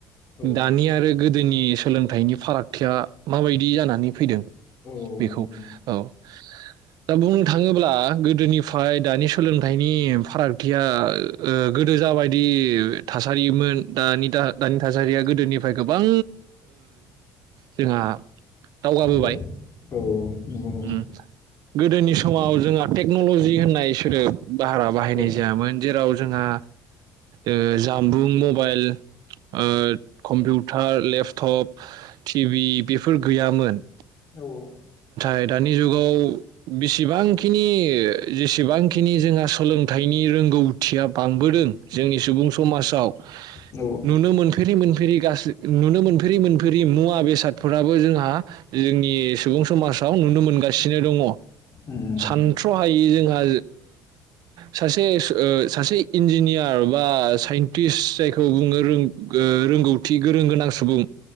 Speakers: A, on the left; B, on the right.
A: औ
B: दानि आरो गो दोनि सोलोंथाइनि फारागथिया मा बायदि जानानै फैदों।
A: औ औ
B: बेखौ
A: नंगौ नंगौ
B: औ दा बुंनो थांङोब्ला गोदोनिफ्राय दानि सम सोलोंथाइनि फारागथिया गोदो जाबायदि थासारिमोन दा दानि थासारिया गोदोनिफ्राय गोबां जोंहा दावगाबोबाय।
A: औ औ नंगौ नंगौ औ उम
B: अम गोदोनि समाव जोंहा टेक्नलजि होननाय सोदोब बारा बाहायनाय
A: औ
B: जायामोन जेराव जोंहा ओ जामबुं मबायल ओ कम्पिउ ओ लेफतप टिभि बेफोर गैयामोन।
A: औ
B: जाय दानि जुगाव बेसेबांखिनि जेसेबांखिनि जोंहा सोलोंथाइनि रोंगौ थिया बांबोदों जोंनि सुबुं समाजाव
A: औ
B: नुनो मोनफेरि-मोनफेरि गासै नुनो मोनफेरि-मोनफेरि मुवा मुवा बेसादफोराबो जोंहा जोंनि सुबुं समाज <unintelligible> नुनो मोनगासिनो दङ
A: उम
B: सानथ्रहायै जोंहा सासे सासे इन्जिनियार बा साइन्टिस्ट जायखौ बुङो रोंगौथि गोरों गोनां सुबुं